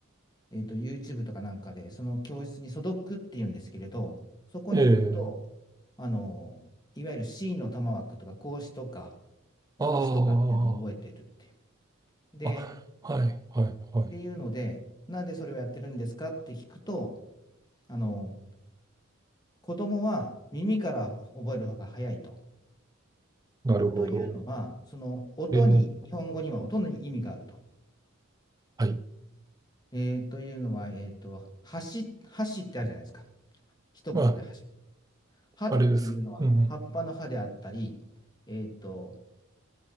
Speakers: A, on the left; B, on the right.
A: えーと、YouTube とかなんかで、その教室に素読っていうんですけれど、そこに行くと、
B: ええ
A: あの、いわゆる C の玉枠とか、孔子とか、老子とかっていうのを覚えてるって。
B: ああ、
A: で、
B: あ、はい、はい、
A: っていうので、
B: はい。
A: なんでそれをやってるんですかって聞くと、あの、子供は耳から覚えるのが早いと。
B: なるほど。
A: というのは、その音に、
B: ええ
A: 日本語には音に意味があると。
B: はい。
A: えーというのは、えーと、橋、橋ってあるじゃないですか。一言で橋。
B: まあ
A: 葉っていうのは葉っぱの葉であったり、
B: あれです。うん。
A: えーと、